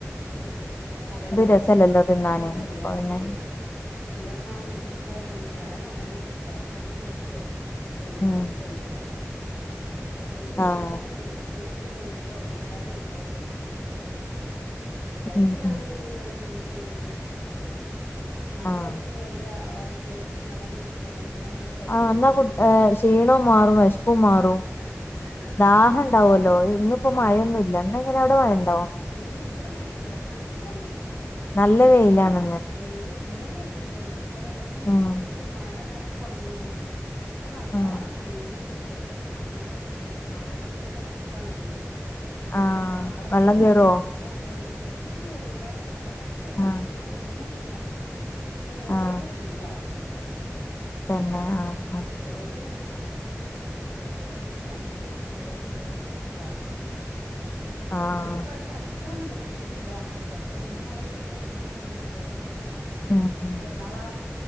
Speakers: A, on the left; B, on the left.
A: ആ അത് തന്നെ
B: രസല്ലല്ലോ തിന്നാന്
A: രസം അല്ലെ
B: അപ്പൊ
A: അത്
B: പിന്നെ
A: ശരിയാണ് എന്റെ മോ മക്കളക്കെ ആണേ പഴം കൊണ്ട് തന്നയച്ചിട്ടുണ്ടാവും ആട്ടി കുറുക്കുകയോ നെയ്യിൽ
B: ഉം
A: കുറുക്കുകയോ എന്തെങ്കിലും ഒക്കെ ചെയ്യും ചെയ്യണം. കുട്ട്യേക്ക് വെയ്കുന്നേരം
B: ആഹ്
A: വെയിസ് കൂൾ വിട്ട് ഇങ്ങോട്ട് വരുമ്പോ എല്ലാരും ഒരുപോലെ വെശന്നിട്ട് ഇങ്ങോട്ട് ഓടി വെരും. ചെലപ്പോ
B: ഉം
A: ഞാൻ
B: ഉം
A: എന്തു ചെയ്യും വല്ല ജ്യൂസ്‌ എന്തെങ്കിലും അടിച്ചിട്ട് വെക്കും. ഞാൻ അത്
B: ആഹ്
A: വന്നിട്ട് വലിയ ആഹ് അത്യാവശ്യത്തിന് അതാണ്ട് കുടിച്ചാല് പിന്നെ നമ്മളെ തിരക്ക്
B: ആഹ് എന്നാ
A: കഴിഞ്ഞിട്ട്
B: കുട്ട്
A: മതി
B: ക്ഷീണോം മാറും വെശപ്പും മാറും
A: ആഹ് അതാണ് അതാണ്
B: ദാഹം ഉണ്ടാവല്ലോ ഇന്നിപ്പോ
A: ആഹ്
B: മഴയൊന്നുല്ല <unintelligible> അവിടെ മഴയ്
A: <inaudible> ഇവിടെ മഴയില്ല നല്ല വെയില്
B: നല്ല വെയില് ആണ്.
A: വെയില് ഇന്നലെ ആണ് ഇങ്ങനെത്തന്നെ ഇപ്പൊ രണ്ട് മുന്നൂസായിട്ട്
B: ഉം
A: മഴ കുറച്ച് കുറഞ്ഞുണ് ഇപ്പം നല്ലോണം
B: ഉം
A: പെയതീരുന്നു ഇവിടെ പാടം പാടത്തിന്റെ വക്കാണ് വീട്.
B: ആഹ്
A: ഇപ്പോ പാടത്തുന്നിങ്ങട്
B: വെള്ളം കേറോ
A: വെള്ളം കേറി വീട് വീട്ടുക്ക് കേറൂല പാടം കൊറച് കൊച്ചു വന്നൊണ്ട്
B: ആഹ്
A: വീഡിയോ കണ്ടും മൂന്ന് വീടപ്പുറത്താ പക്ഷേ റോഡ്‌
B: ആഹ്
A: ഫുൾ ആവും വെള്ളം
B: തന്നെ ആഹ് ആഹ്
A: റോഡ്‌ ഇങ്ങനെ ന വല്യ ആഹ് റോഡ്‌മ്മെക്കൂടെ വണ്ടി ഒന്നും പോകാൻ വയ്യാത്ത കോലക്കാവും
B: ആഹ്
A: ശേ ഈ പ്രാവശ്യം അ ഇത്രങ്ങട് എത്തീട്ടില്ല ചെലപ്പോ ഇനീം മഴ പെയ്താ ഇനിയും അങ്ങനെ ആവും.
B: ഉം ഉം
A: ടെ ഇന്നാളാ